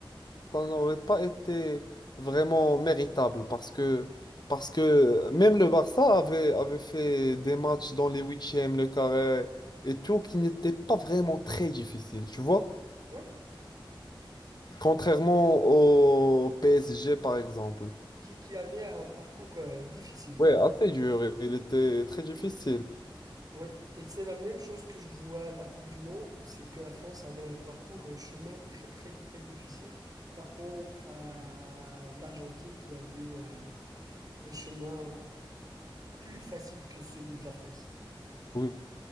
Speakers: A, on the left (about 50°); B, on the right (about 45°).
A: ça n'aurait pas été vraiment méritable parce que, parce que même le Barça avait, avait fait des matchs dans les huitièmes, le carré et tout qui n'étaient pas vraiment très difficiles, tu vois?
B: Oui,
A: Contrairement au PSG par exemple.
B: qui, qui avait un parcours euh, difficile.
A: Ouais, assez dur, il était très difficile.
B: Oui, et c'est la même chose que je vois à la Coupe du Monde, c'est que la France avait un parcours, un chemin très très très difficile. Par contre, à l'Argentine qui avait un, un chemin plus facile que celui de la France.
A: Oui.